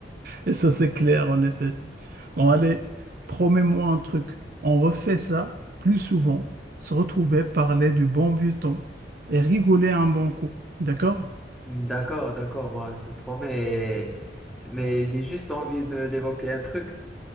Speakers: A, on the right; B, in the centre.
A: Et ça, c'est clair, en effet. Bon, allez, promets-moi un truc. On refait ça plus souvent, se retrouver, parler du bon vieux temps et rigoler un bon coup. D'accord?
B: <laughs> D'accord, d'accord, moi je te promets, mais j'ai juste envie de- d'évoquer un truc.